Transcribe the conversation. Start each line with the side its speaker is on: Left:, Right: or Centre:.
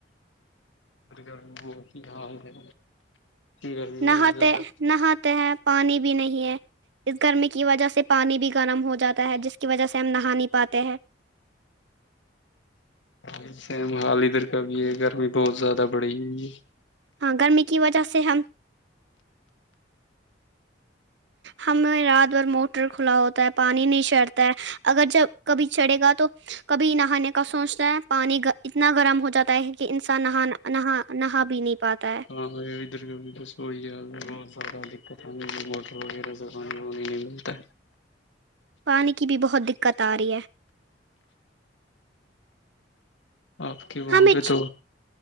Left: گرمی بہت ہی حال ہے گرمی
Right: نہاتے
Left: بڑی زیادہ
Right: نہاتے ہیں پانی بھی نہیں ہے اس گرمی کی وجہ سے پانی بھی گرم ہو جاتا ہے جس کی وجہ سے ہم نہا نہیں پاتے ہیں
Left: وسے محال ادھر کا بھی یہ گرمی بہت زیادہ بڑی ہوئی ہے
Right: ہاں گرمی کی وجہ سے ہم ہمیں رات بھر موٹر کھلا ہوتا ہے پانی نہیں چڑتا ہے اگر جب کبھی چڑھے گا تو کبھی نہانے کا سوچتا ہے پانی اتنا گرم ہو جاتا ہے کہ انسان نہانا نہا نہا بھی نہیں پاتا ہے
Left: ہاں ادھر کا بس بہت زیادہ دقت موٹر وغیرہ سے پانی وانی نہیں ملتا
Right: پانی کی بھی بہت دقت آ ر رہی ہے
Left: آپ کے وہاں
Right: ہمیں
Left: پہ تو